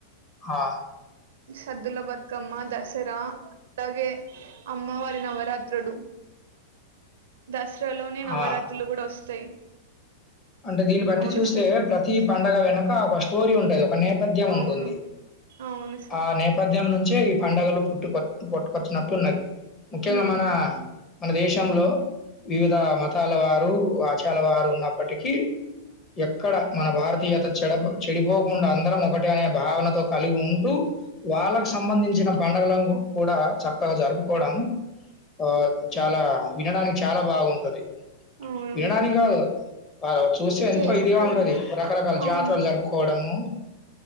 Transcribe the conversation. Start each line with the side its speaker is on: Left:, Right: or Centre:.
Left: ఆ
Right: సద్దుల బత్కమ్మ దసరా అలాగే అమ్మ వారి నవరాత్రలు దస్ రలోనే నవరాత్రులు
Left: ఆ!
Right: కూడా వస్తాయి
Left: అంటే దీన్ని బట్టి
Right: అవును
Left: చూస్తే
Right: సార్
Left: ప్రతి పండగ వెనక ఒక స్టోరీ ఉంటది ఒక నే పథ్యం
Right: అవును
Left: ఉంటుంది
Right: అవును సార్
Left: ఆ నేపథ్ ధ్యం నుంచే ఈ పండగలు పుట్టుక పుట్టకొచ్చినట్టు ఉన్నది ముఖ్యంగా
Right: ఉమ్,
Left: మన మన దేశ శంలో వివిధ మతాల వారు ఆచాల వారు ఉన్నప్పటికీ ఎక్కడ మన భారతీయత చెడ చెడిపోకుండా అందరం ఒకటే అనే భావనతో కలిగి ఉంటూ వాళ్ళకు సంబంధించిన పండగల కూడా చక్కగా జరుపుకోవడం ఆ చాలా వినడానికి చాలా బాగుంటది
Right: అవును
Left: వినడానికి గాదు వారు చూసే ఎంతో
Right: చేసుకోవడానికి
Left: ఇదిగా ఉంటది రకరకాల
Right: అవును
Left: జాతరలు జరుపుకోవడము